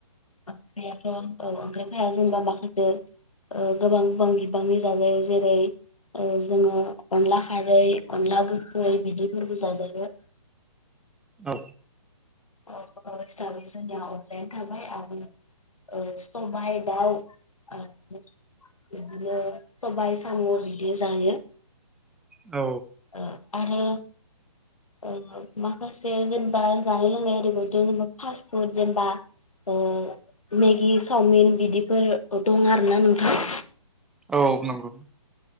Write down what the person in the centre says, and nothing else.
औ
औ
औ नोंगौ